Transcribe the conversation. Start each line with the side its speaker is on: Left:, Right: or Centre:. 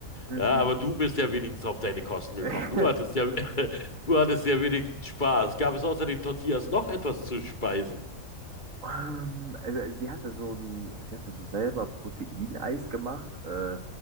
Right: Mhm.
Left: Ja, aber du bist ja wenigstens auf deine Kosten gekommen.
Right: <laughs>
Left: Du hattest ja, <laughs> du hattest ja wenigstens Spaß. Gab es außer den Tortillas noch etwas zu speisen?
Right: Ähm, also sie hatte so ein, sie hatte so selber Proteineis gemacht. Äh,